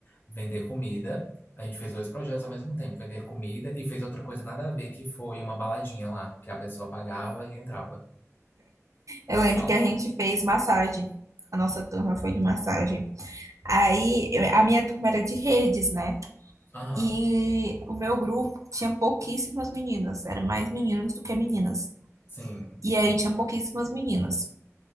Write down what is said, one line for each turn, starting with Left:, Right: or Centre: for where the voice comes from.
Left: vender comida. A gente fez dois projetos ao mesmo tempo, vender comida e fez outra coisa nada a ver, que foi uma baladinha lá, que a pessoa pagava e entrava
Right: Eu
Left: na
Right: lembro
Left: sala.
Right: que a gente fez massagem. A nossa turma foi de massagem. Aí eu- a minha turma era de redes, né?
Left: Aham,
Right: E o meu grupo tinha pouquíssimas meninas, era mais meninos do que meninas.
Left: sim.
Right: E aí tinha pouquíssimas meninas.